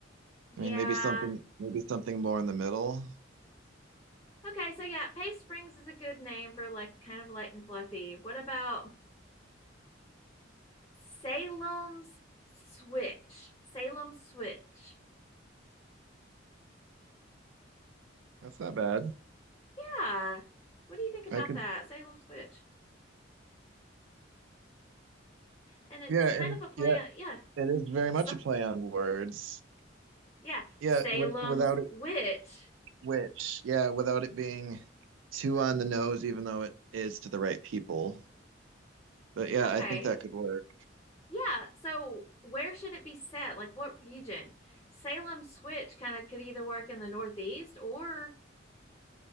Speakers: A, on the left; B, on the right.
A: Yeah.
B: I mean maybe something maybe something more in the middle.
A: Okay, so yeah, Pace Springs is a good name for like kind of light and fluffy. What about Salem's Switch? Salem Switch.
B: That's not bad.
A: Yeah. What do you think about
B: I could
A: that? Salem Switch. And it's
B: yeah,
A: kind
B: and
A: of a play
B: yeah,
A: on yeah.
B: it is
A: <laughs>
B: very much
A: So,
B: a play on words.
A: yeah,
B: Yeah,
A: Salem's
B: with, without it
A: Witch.
B: which, yeah, without it being too on the nose, even though it is to the right people. But yeah,
A: Okay,
B: I think that could work.
A: Yeah. So where should it be set? Like what region? Salem Switch kind of could either work in the Northeast or